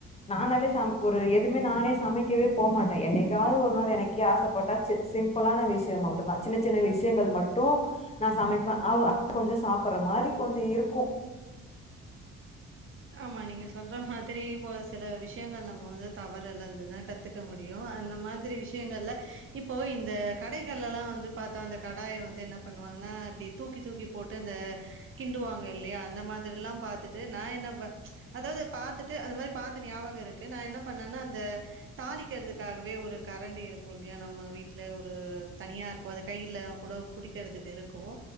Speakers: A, on the left (about 20°); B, on the right (about 45°).
A: நானாலே சமை ஒரு எதுமே நானே சமைக்கவே போமாட் டே என்னைக்காவது ஒரு நாள் எனக்கே ஆசப்பட்டா சி சிம்பிளான விஷயமா மட்டுந்தா. சின்ன சின்ன விஷயங்கள் மட்டும் நா சமைப்பே. அவ <inaudible> கொஞ்சோ சாப்படுற மாரி கொஞ்சோ இருக்கு.
B: ஆமா நீங்க சொல்ற மாதிரி இப்போ சில விஷயங்கள் நம்ம வந்து தவறலருந்துதா கத்துக்க முடியு. அந்த மாதிரி விஷயங்கள்ல இப்போ இந்த கடைகள்லலா வந்து பாத்தா அந்த கடாய வந்து என்ன பண்ணுவாங்கன்னா இப்டி தூக்கி தூக்கி போட்டு அந்த கிண்டுவாங்க இல்லையா அந்த மாதிரிலா பாத்துட்டு நா என்ன வ அதாவது பாத்துட்டு அது மாரி பாத்த ஞாபகோ இருக்கு நா என்ன பண்ணேன்னா அந்த தாளிக்கிறதுக்காகவே ஒரு கரண்டி இருக்கு இல்லையா நம்ம வீட்ல ஒரு தனியா இருக்கு அது கையில கூட புடிக்கிறதுக்கு இருக்கு